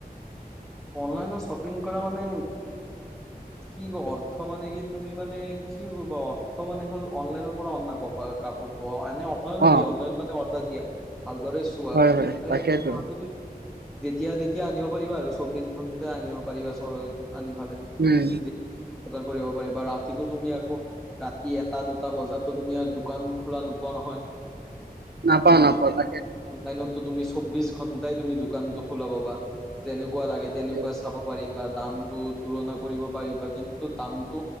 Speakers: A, in the centre; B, on the right (about 85°).
A: অনলাইন শ্বপিং কৰা মানে। কি অৰ্থ মানে কি তুমি মানে কি কবা অৰ্থ মানে হ'ল অনলাইনৰ পৰা অনা কৰা। কাপাৰ কাপোৰ টো অহ মানে অফলাইন থাকে
B: অ',
A: অনলাইন মানে অৰ্ডাৰ দিয়া ভালদৰে চোৱা
B: হয় হয়
A: আৰু
B: তাকেইতো
A: সেই আৰু। যেতিয়া তেতিয়া আনিব পাৰিবা আৰু চৌবিশ ঘণ্টা আনিব পাৰিবা চ। আনি পালে
B: উম,
A: বজাৰ কৰিব পাৰিবা ৰাতিতো তুমি আকৌ ৰাতি এটা দুটা বজাতো তুমি আৰু দোকান খোলা নোপোৱা ন। হয়
B: নাপাওঁ নাপাওঁ তাকে
A: অনলাইনতো তুমি চৌবিশ ঘন্টাই তুমি দোকানটো খোলা পাবা যেনেকুৱা লাগে তেনেকুৱা
B: তাকে
A: চাব পাৰি বা দামটো তুলনা কৰিব পাৰিবা। কিন্তু দামটো,